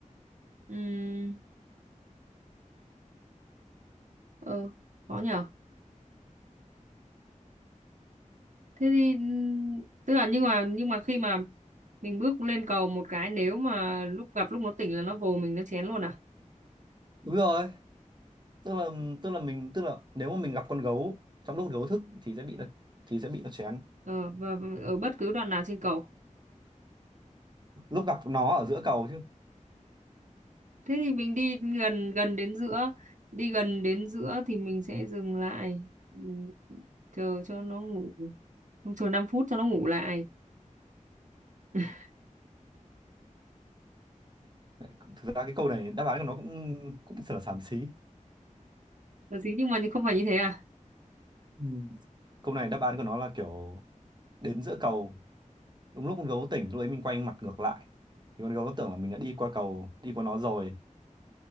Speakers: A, on the right (about 65°); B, on the right (about 35°).
A: Ừ, ờ, khó nhở. thế thì ừm, tức là nhưng mà nhưng mà khi mà mình bước lên cầu một cái nếu mà lúc gặp lúc nó tỉnh là nó vồ mình nó chén luôn à
B: đúng rồi tức là tức là mình tức là nếu mà mình gặp con gấu trong lúc con gấu thức thì sẽ bị nó thì sẽ bị nó chén
A: ờ, và và ở bất cứ đoạn nào trên cầu
B: lúc gặp nó ở giữa cầu chứ
A: thế thì mình đi gần gần đến giữa đi gần đến giữa thì mình sẽ dừng lại ừm, chờ cho nó ngủ không chờ 5 phút cho nó ngủ lại <laughs>
B: Vậy, thực ra cái câu này đáp án của nó cũng cũng thật là xàm xí
A: là gì nhưng mà không phải như thế à
B: Ừ. câu này đáp án của nó là kiểu đến giữa cầu đúng lúc con gấu tỉnh lúc ấy mình quay mặt ngược lại thì con gấu nó tưởng là mình đã đi qua cầu đi qua nó rồi